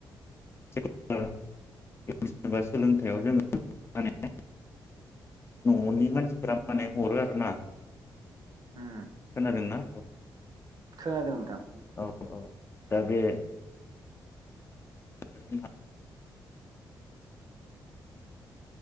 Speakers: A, on the left; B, on the right.
A: <unintelligible> बा सोलोंथाइयाव
B: उम
A: जोङो माने ननि मानसिफोरा माने हरो आरोना
B: उम
A: खोनादोंना?
B: खोनादों नोंथां
A: औ औ दा बे <unintelligible>